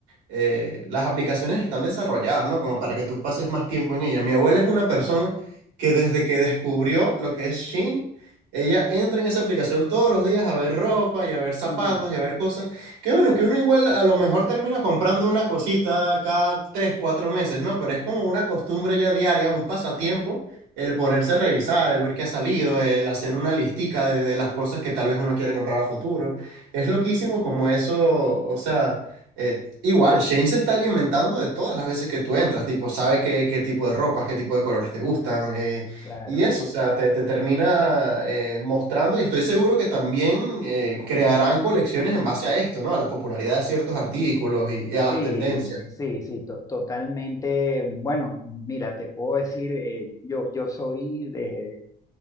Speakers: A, on the right; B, on the left.
A: eh, las aplicaciones están desarrolladas, ¿no? Como para que tú pases más tiempo en ella. Mi abuela es una persona que desde que descubrió lo que es Shein, ella entra en esa aplicación todos los días a ver ropa y a ver zapatos
B: ujú,
A: y a ver cosas. Que bueno, que uno igual a lo mejor termina comprando una cosita cada tres, cuatro meses, ¿no? Pero es como una costumbre ya diaria, un pasatiempo. El ponerse a revisar, el ver qué ha salido, el hacer una listica de, de las cosas que tal vez uno quiere comprar a futuro. Es loquísimo como eso, o sea, eh, igual, Shane se está alimentando de todas las veces que tú entras, tipo, sabe qué, qué tipo de ropas, qué tipo de colores te gustan, eh,
B: claro.
A: y eso, o sea, te, te termina eh, mostrando y estoy seguro que también eh, crearán colecciones en base a esto, ¿no? A la popularidad de ciertos artículos y, y a las
B: Sí,
A: tendencias.
B: sí, sí, to- totalmente. Bueno, mira, te puedo decir, eh, yo, yo soy de,